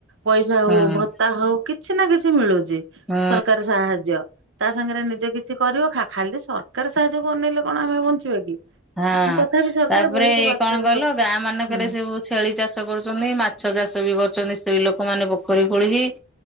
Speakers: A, on the right; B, in the centre.
A: ପଇସା ହଉ
B: ହୁଁ
A: ଭ ଭତା ହଉ କିଛି ନା କିଛି ମିଳୁଚି
B: ହୁଁ
A: ସରକାର ସାହାଯ୍ୟ। ତା ସାଙ୍ଗରେ ନିଜେ କିଛି କରିବ ଖା ଖାଲି ସରକାର ସାହାଯ୍ୟ କୁ ଅନେଇଲେ କଣ ଆମେ ବଞ୍ଚିବା କି।
B: ହଁ
A: ତଥାପି ସରକାର
B: ତାପରେ
A: ବହୁତ ପାଖରେ
B: କଣ କହିଲ
A: ଲୋକ
B: ଗାଁ ମାନଙ୍କରେ
A: ହୁଁ
B: ସବୁ ଛେଳି ଚାଷ କରୁଚନ୍ତି ମାଛ ଚାଷ ବି କରୁଛନ୍ତି ସ୍ତ୍ରୀ ଲୋକମାନେ ପୋଖରୀ ଖୋଳିକି।